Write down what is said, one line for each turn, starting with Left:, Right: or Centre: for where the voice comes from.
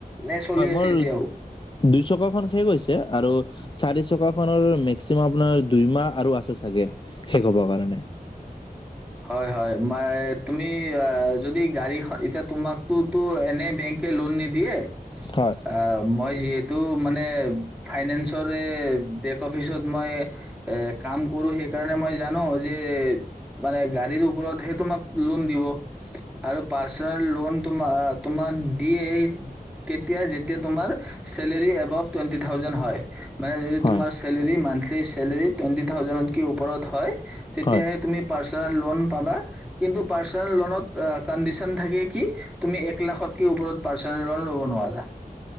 Centre: নে চলি
Left: হয়
Centre: আছে
Left: মোৰ
Centre: এতিয়াও?
Left: দুইচকাখন শেষ হৈছে আৰু চাৰি চকা খনৰ মেক্সিমাম আপোনাৰ দুইমাহ আৰু আছে চাগে শেষ হব কাৰণে।
Centre: হয় হয় মই তুমি যদি গাড়ীখন এতিয়া তোমাকতো তো এনে বেংকে লোন নিদিয়ে
Left: হয়,
Centre: আহ মই যিহেতু মানে ফাইনেন্সৰে বেক অফিচত মই এ কাম কৰো সেইকাৰণে মই জানো যে মানে গাড়ীৰ ওপৰতহে তোমাক লোন দিব আৰু পাৰ্চনেল লোন তোমাৰ তোমাক দিয়ে কেতিয়া যেতিয়া তোমাৰ চেলেৰী এবব টুৱেটি থাউজেন্ড হয়। মানে যদি
Left: হয়,
Centre: তোমাৰ চেলাৰী মানথ সেই চেলেৰী টুৱেণ্টি থাউজেণ্ডতকে ওপৰত হয় তেতিয়াহে
Left: হয়।
Centre: তুমি চাৰ লোন পাবা কিন্তু পাৰচেনেল লোনত এ কন্ডিচন থাকে কি তুমি এক লাখতকে ওপৰত পাৰচেনেল লোন লব নোৱাৰা